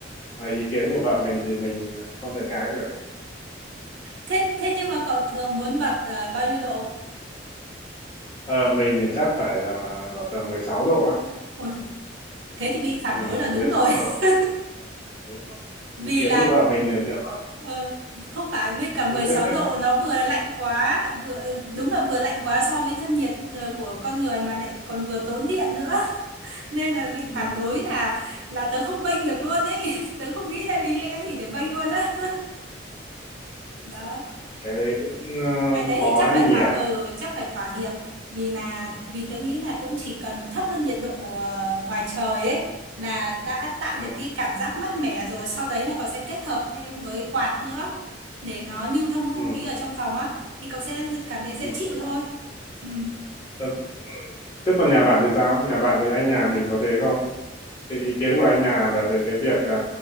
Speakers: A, on the left; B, on the right.
A: mà ý kiến của vợ mình thì mình không thể cãi được
B: Thế thế nhưng mà cậu thường muốn bật ờ, bao nhiêu độ?
A: ờ, mình thì chắc phải là tầm 16 độ á
B: Ôi, thế thì bị phản
A: ừ,
B: đối là đúng
A: 16
B: rồi.
A: độ
B: <laughs>
A: Đúng rồi.
B: Vì
A: Ý kiến
B: là
A: của vợ mình thì theo bà
B: ờ, không phải mới cả mười
A: cứ
B: sáu
A: thế thế
B: độ
A: bạn,
B: nó vừa là lạnh quá, vừa đúng là vừa lạnh
A: ừ.
B: quá so với thân nhiệt ờ, của con người mà lại còn vừa tốn điện nữa.
A: À,
B: <laughs> Nên là bị
A: ừ.
B: phản đối là là tớ không bênh được luôn ấy. <laughs> Tớ không nghĩ ra lý lẽ gì để bênh luôn á. Đó.
A: cái đấy cũng
B: Ừ. Cái đấy
A: ờ, khó
B: thì chắc phải
A: nhỉ
B: thỏa ờ chắc phải thỏa hiệp vì là vì tớ nghĩ là cũng chỉ cần thấp hơn nhiệt độ ờ, ngoài trời ấy là đã tạo được
A: ừ.
B: cái cảm giác mát mẻ rồi sau đấy là cậu sẽ kết hợp thêm với quạt nữa để nó lưu thông không
A: Ừ.
B: khí ở trong phòng á thì cậu sẽ cảm thấy dễ
A: Ừ.
B: chịu thôi ừ.
A: Ờ, Thế còn nhà bạn thì sao nhà bạn thì anh nhà mình có thế không cái ý kiến của anh nhà về về cái việc ờ,